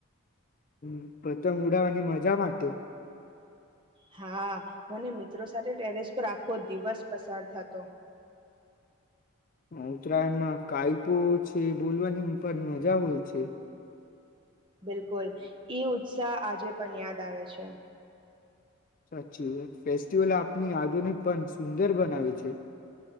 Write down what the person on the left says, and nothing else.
હમ પતંગ ઉડાવવાની મજા માટે
ઉત્તરાયણમાં કાયપો છે બોલવાની પણ મજા હોય છે.
સાચી વાત ફેસ્ટિવલ આપની આધુનિક પણ સુંદર બનાવે છે.